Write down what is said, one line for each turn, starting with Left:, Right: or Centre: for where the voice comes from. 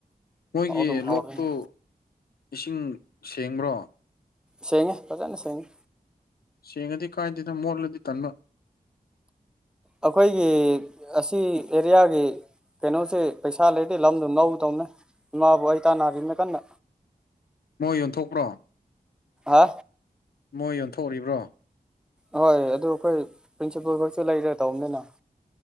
Left: ꯃꯣꯏꯒꯤ
Centre: ꯑꯗꯨꯝ ꯍꯥꯎꯔꯅꯤ
Left: ꯂꯣꯛꯇꯨ ꯏꯁꯤꯡ ꯁꯦꯡꯕ꯭ꯔꯣ
Centre: ꯁꯦꯡꯉꯦ ꯐꯖꯅ ꯁꯦꯡꯉꯦ
Left: ꯁꯦꯡꯉꯗꯤ ꯀꯥꯏꯗꯦꯗ ꯃꯣꯠꯂꯗꯤ ꯇꯟꯕ
Centre: ꯑꯩꯈꯣꯏꯒꯤ ꯑꯁꯤ ꯑꯦꯔꯤꯌꯥꯒꯤ ꯀꯩꯅꯣꯁꯦ ꯄꯩꯁꯥ ꯂꯩꯇꯦ ꯂꯝꯗꯣ ꯉꯧ ꯇꯧꯅꯦ ꯏꯃꯥꯕꯨ ꯑꯩ ꯇꯥꯟꯅꯔꯤꯅꯦ ꯀꯟꯅ
Left: ꯃꯣꯏ ꯌꯣꯟꯊꯣꯛꯄ꯭ꯔꯣ
Centre: ꯑ
Left: ꯃꯣꯏ ꯌꯣꯟꯊꯣꯛꯔꯤꯕ꯭ꯔꯣ
Centre: ꯍꯣꯏ ꯑꯗꯨ ꯑꯩꯈꯣꯏ ꯄ꯭ꯔꯤꯟꯁꯤꯄꯜ ꯈꯔꯁꯨ ꯂꯩꯔ꯭ꯔꯦ ꯇꯧꯕꯅꯤꯅ